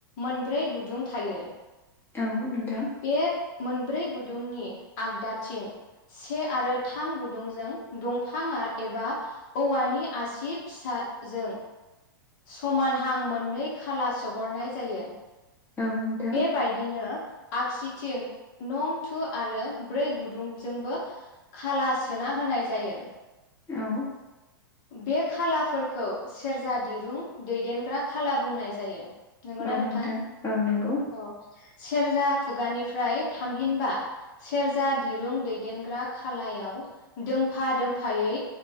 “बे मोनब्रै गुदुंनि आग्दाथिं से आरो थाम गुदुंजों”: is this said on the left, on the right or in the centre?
Left